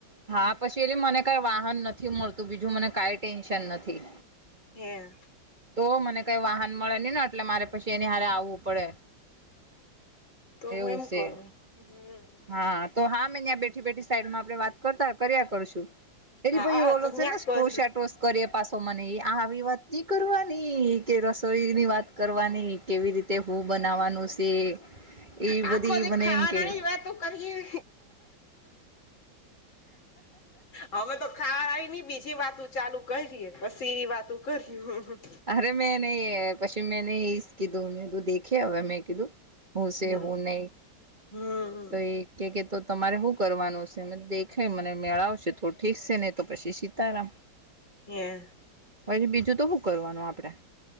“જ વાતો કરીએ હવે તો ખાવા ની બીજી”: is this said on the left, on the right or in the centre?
Left